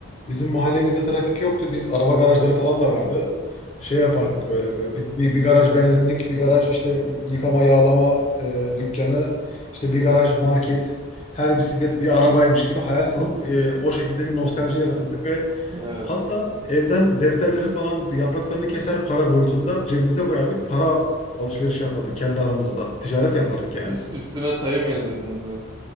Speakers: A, on the left; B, on the right.
A: Bizim mahallemizde trafik yoktu. Biz araba garajları falan da vardı. Şey yapardık böyle, böyle bir, bir, bir garaj benzinlik, bir garaj işte yıkama yağlama e, dükkanı, işte bir garaj market. Her bisiklet bir arabaymış gibi hayal kurup e, o şekilde bir nostalji yaratırdık ve
B: Evet.
A: hatta evden defterleri falan yapraklarını keser para boyutunda cebimize koyardık. Para alışverişi yapardık kendi aramızda. Ticaret yapardık yani.
B: Üst- üstüne sayı mı yazıyordunuz abi?